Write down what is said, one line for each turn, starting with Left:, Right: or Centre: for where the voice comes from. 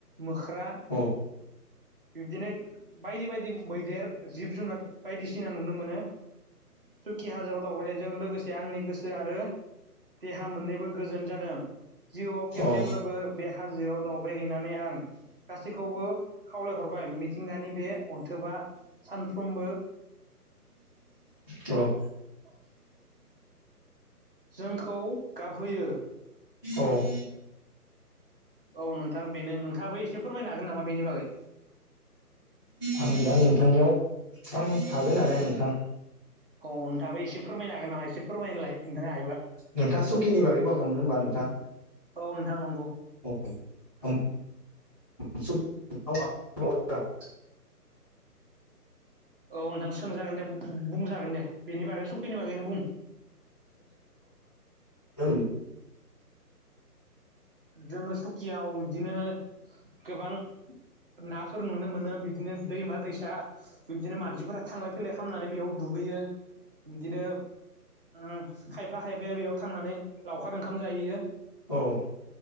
Right: मोख्रा
Centre: औ अ
Right: बिब्दिनो बायदि बायदि मैदेर जिब जुनार बायदिसिना नुनो मोनो सुखि हाजोआव दावबायनायजों लोगोसे आंनि गोसो आरो देहा मोननैबो गोजोन जादों! जिउआव खेबसेब्लाबो
Centre: औ उम औ उम औ
Right: बे हाजोआव दावबाय हैैनानै आं गासैखौबो खावलायहरबाय- मिथिंगानि बे अन्थोबा सानफ्रोमबो
Centre: र
Right: औ- जोंखौ गाबहोयो
Centre: औ-
Right: औ नोंथां बेनो नोंथाङाबो एसे फोरमायनो हागोन नामा बेनि बागै <unintelligible> <inaudible>
Centre: आं दा नोंथांनियाव आं थागोन माने नोंथां!
Right: औ नोंथाङाबो एसे फोरमायनो हागोन नामा एसे फोरमायना होलाय नोंथाङा हायोबा?
Centre: नोंथाङा सुकिनि बागै बुंङाखैमोन होनबा नोंथां!
Right: औ नोंथां नंगौ!
Centre: औ औ <unintelligible> <inaudible>
Right: औ नोंथां सोंजागोन दे बुंजागोन दे- बेनि बागै सकिनि बागैनो बुं-
Centre: ओं-
Right: जोङो सुकियाव बिदिनो गोबां नाफोर नुनो मोनो! बिदिनो दैमा दैसा बिदिनो मानसिफोरा थांलाय फैलाय खालामनानै बेयाव दुगैयो! बिदिनो औम खायफा खायफाया बेयाव थांनानै लावखार ओंखाम जाहैयो!
Centre: औ-